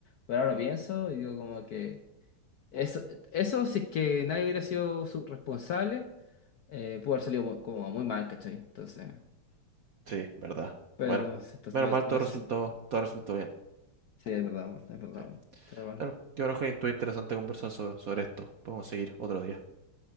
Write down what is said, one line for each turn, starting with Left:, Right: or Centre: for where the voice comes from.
Left: pero ahora lo pienso y digo como que... Eso, eso si es que nadie hubiera sido su responsable, eh, pudo haber salido mu- como muy mal, ¿cachai? Entonces,
Right: sí, verdad.
Left: pero
Right: Bueno,
Left: sí, entonces
Right: menos mal
Left: me,
Right: todo
Left: me hace
Right: resultó,
Left: sentir.
Right: todo resultó bien.
Left: Sí, es verdad, es verdad.
Right: Sí.
Left: Está bueno.
Right: Bueno, qué bueno, Joaquín, estuvo interesante conversar so- sobre esto. Podemos seguir otro día.